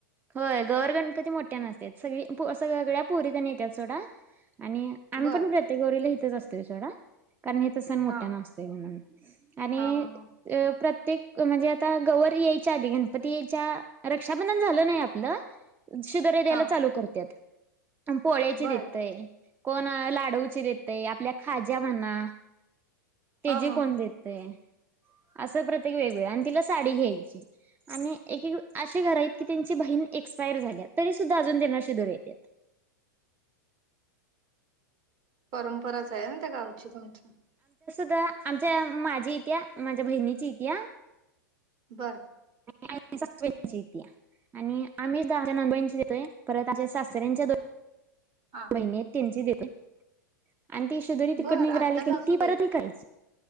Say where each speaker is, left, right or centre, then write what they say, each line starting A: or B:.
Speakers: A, on the right; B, on the right.
A: होय गौर गणपती मोठ्यान असतात सग सगळ्या पोरी येतात सोडा आणि आम्ही
B: बर
A: पण प्रत्येक गौरीला सोडा कारन हित सन मोठ्यान
B: हा.
A: असतोय म्हणून आणि
B: हा हा हा
A: अ प्रत्येक ते म्हणजे आता गवर यायच्या आधी गणपती यायच्या रक्षाबंधन झालं ना आपलं शिदोरी द्यायला
B: हा
A: चालू करतात पोळ्याची
B: बर
A: देतय कोण लाडूवाची देतय आपल्या खाज्या म्हणा तेजकंदेते
B: हा हा
A: असं प्रत्येक वेगवेगळे आणि तिला साडी घ्यायची आणि एक अे घर आहेत की त्यांची बहीण एक्स्पायर झाल्या तरी सुद्धा अजून त्यांना शिजर येतात
B: परंपराच आहे ना त्या गावची तुमच्या
A: आ आमच्या माझी इथ माझ्या बहिणीची येते
B: बर
A: आणि सासची य आणि आम्ही दहा नची येतोय परत आमच्या सासऱ्यांच्या दो
B: हा
A: महिने तीनची दि <inaudible> आणि ती सुधुरी तिकड
B: बर
A: निघ
B: आत्या
A: रा आली की
B: सासूबाई
A: ती परत निघायची